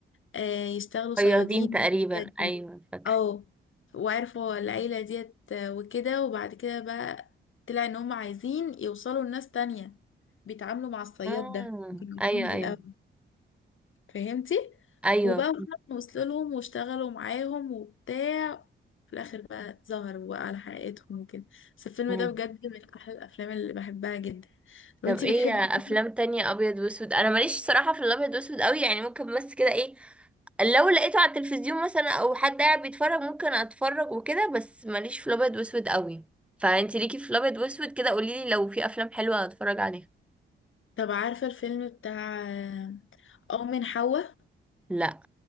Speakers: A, on the left; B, in the centre.
A: آه، يشتغلوا
B: فياضين
A: صيادين
B: تقريبا
A: والحاجات دي.
B: ايوه فاكره
A: اه وعرفوا العيلة ديت آه، وكده وبعد كده بقى طلع ان هم عايزين يوصلوا لناس تانية بيتعاملوا مع الصياد
B: امم
A: ده كانوا
B: ايوه
A: عارفين من
B: ايوه
A: الأول فهمتي
B: ايوه
A: وبقى وصلوا وصلوا لهم واشتغلوا معاهم وبتاع في الآخر بقى ظهروا بقى على حقيقتهم وكده بس الفيلم
B: امم
A: ده بجد من أحلى الأفلام اللي بحبها جدا
B: طب
A: طب انتي
B: ايه
A: بتحبي
B: افلام
A: إيه؟
B: تانية ابيض واسود انا ماليش صراحه في الابيض واسود قوي يعني ممكن بس كده ايه لو لقيته على التلفزيون مثلا او حد قاعد بيتفرج ممكن اتفرج وكده بس ماليش في الابيض واسود قوي فانتي ليكي في الابيض واسود كده قوليلي لو في افلام حلوه اتفرج عليها
A: طب عارفة الفيلم بتاع آه، أم من حواء
B: لا